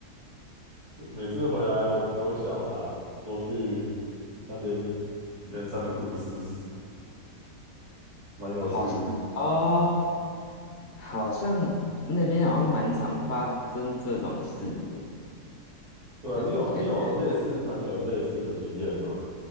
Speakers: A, on the right; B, on the left.
A: 每次回来我们都会笑他，说去那边圆山的故事，蛮有趣的。
B: 好像哦，好像那边好像蛮常发生这种事的，
A: 对啊，
B: 对吧？
A: 你有你有类似朋友有类似的经验吗？
B: 感觉